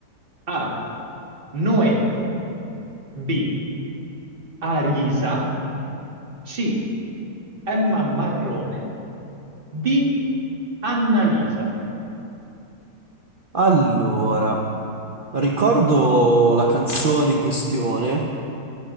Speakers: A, on the right; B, on the right.
A: A. Noemi. B. Arisa. C. Emma Marrone. D. Annalisa.
B: Allora, ricordo la canzone in questione,